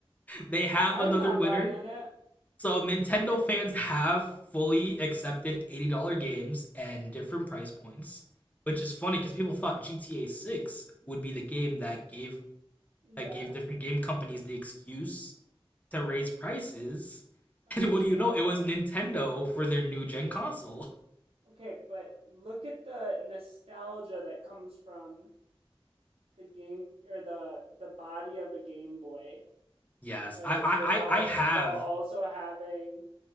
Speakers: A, on the left (about 15°); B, on the right (about 80°).
A: they have
B: I'm
A: another
B: not
A: winner.
B: buying it.
A: So Nintendo fans have fully accepted $80 games and different price points, which is funny because people thought GTA 6 would be the game that gave
B: Yeah,
A: that gave different game companies the excuse to raise prices. <laughs>
B: understandable.
A: And what do you know? It was Nintendo for their new gen console.
B: Okay, but look at the nostalgia that comes from the game or the the body of a Game Boy,
A: Yes,
B: right?
A: I I
B: Without
A: I I have
B: while also having